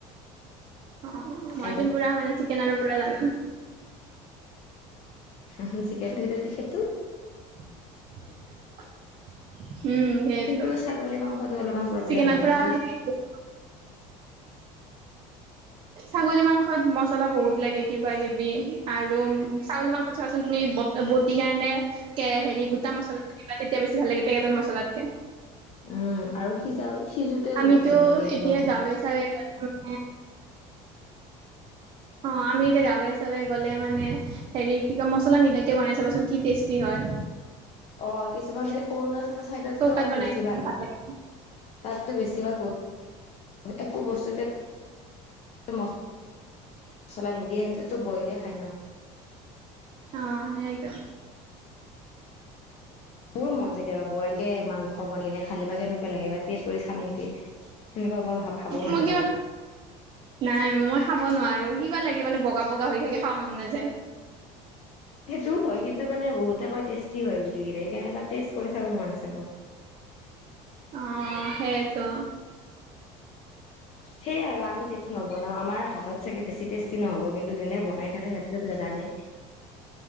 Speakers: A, on the right (about 40°); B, on the left (about 45°).
A: অ অ মইটো
B: একদম
A: পোৰা মানে চিকেন আৰু পোৰা জানো
B: হ ঠিকে সেইটো সেইটো
A: <unintelligible> উম সেইটো,
B: কিন্তু ছাগলী মাংসটো অলপমান প্ৰব্লেম
A: চিকেনত
B: হয়
A: পুৰা
B: সেইটো
A: সেই <unintelligible> ছাগলী মাংসত মচলা বহুত লাগে কিবা- কিবি আৰু ছাগলী মাংসত চাবাচোন সেই বট বটি কাৰণে কে হেৰি গোটা মছলাটো দিবা তেতিয়া বেছি ভাল লাগে পেকেটত মছলাতকে।
B: উম আৰু সিজাও সিজোতে
A: আমিতো
B: বহুত টাইম লাগে সেইটো
A: এতিয়া
B: মাংস
A: গাঁৱে চাৱে গ'লে মানে অ আমি এতিয়া গাঁৱে হিচাপে গ'লে মানে হেৰি কি কয় মছলা নিদাকে বনাই চাবাচোন কি টেষ্টি হয় হয়।
B: অ কিছুমান অৰুণাচলৰ চাইডতটো
A: চৌকাত
B: আৰু
A: বনাই
B: বেছি ভাল
A: লাগে
B: তাতো বেছি বেছিভাগ একো বস্তুতে, মচলা নিদিয়ে সতে টো বইলে খাই ন
A: অ সেইটো
B: মোৰো মন যায় কেতিয়াবা বইল কে মাংস বনিলে খালে বা কেনেকুৱা লাগে বা কৰি চাম নেকি সেনেকুৱা মই ভা ভাবো মাজে
A: মই কিবা
B: মাজে
A: নাই মই খাব নোৱাৰো কিবা লাগে মানে বগা বগা হৈ থাকে খাব মন নাযায়
B: সেইটোও হয় কিন্তু মানে বহুতেকৈ টেষ্টি হয় বুলি কিনে কেনেবা টেষ্ট কৰি চাব মন আছে মোৰ
A: অ সেইতো
B: সেই আৰু আমি যিটো নবনাও আমাৰ হাতত চাগে বেছি টেষ্টি নহ'ব কিন্তু যোনে বনাই থাকে সিহঁতেটো জানে।